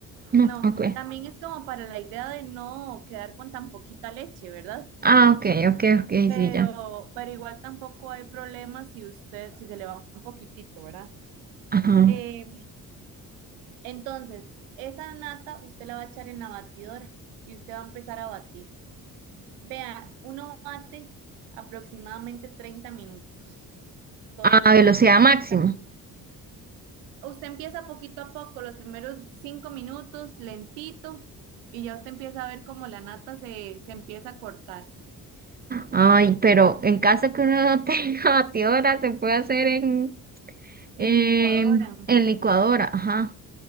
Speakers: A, on the right; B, on the right.
A: No,
B: No,
A: ok.
B: también es como para la idea de no quedar con tan poquita leche, ¿verdad?
A: Ah, ok, ok, ok,
B: Pero,
A: sí, ya.
B: pero igual tampoco hay problema si usted, si se le va un poquitito, ¿verdad?
A: Ajá.
B: Eh, entonces, esa nata usted la va a echar en la batidora y usted va a empezar a batir. Vea, uno bate aproximadamente 30 minutos, todo
A: A
B: el proceso
A: velocidad
B: son
A: máxima.
B: 30 minutos. Usted empieza poquito a poco, los primeros 5 minutos, lentito, y ya usted empieza a ver cómo la nata se, se empieza a cortar.
A: Ay, pero en caso que uno no tenga <laughs> batidora, se puede hacer en, en,
B: En licuadora.
A: en licuadora. Ajá,